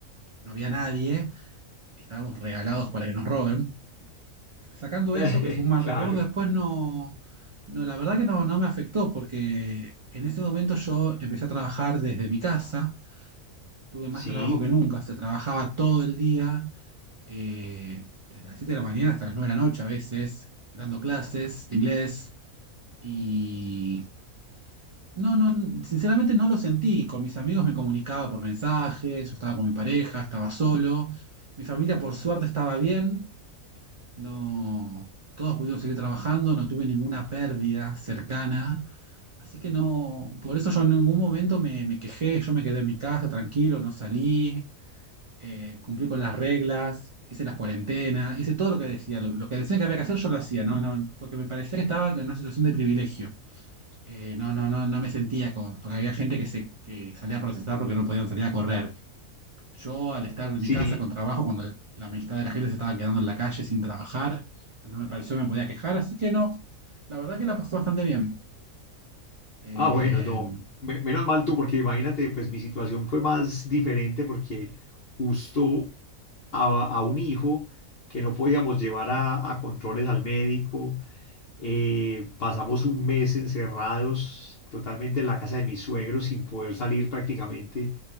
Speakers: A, on the right; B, on the left.
A: no había nadie, estábamos regalados para que nos roben sacando
B: <laughs>
A: eso, que fue un mal
B: claro,
A: recuerdo, después no, no, la verdad que no, no me afectó porque en ese momento yo empecé a trabajar desde mi casa, tuve más
B: sí,
A: trabajo que nunca, se trabajaba todo el día, eh, desde las 7 de la mañana hasta las 9 de la noche a veces, dando clases de inglés y... No, no, sinceramente no lo sentí. Con mis amigos me comunicaba por mensajes, yo estaba con mi pareja, estaba solo. Mi familia por suerte estaba bien, No, todos pudieron seguir trabajando, no tuve ninguna pérdida cercana, así que no, por eso yo en ningún momento me, me quejé, yo me quedé en mi casa tranquilo, no salí, eh, cumplí con las reglas, hice las cuarentenas, hice todo lo que decía, lo, lo que decían que había que hacer yo lo hacía, no, no, porque me parecía que estaba en una situación de privilegio. Eh, no, no, no, no me sentía como, porque había gente que se que salía a protestar porque no podían salir a correr. Yo al estar en
B: sí.
A: mi casa con trabajo, cuando la mitad de la gente se estaba quedando en la calle sin trabajar, no me pareció me podía quejar, así que no, la verdad que la pasé bastante bien. Eh,
B: Ah, bueno, no, me- menos mal tú, porque imagínate, pues mi situación fue más diferente porque justo a, a un hijo que no podíamos llevar a, a controles al médico, eh, pasamos un mes encerrados totalmente en la casa de mis suegros sin poder salir prácticamente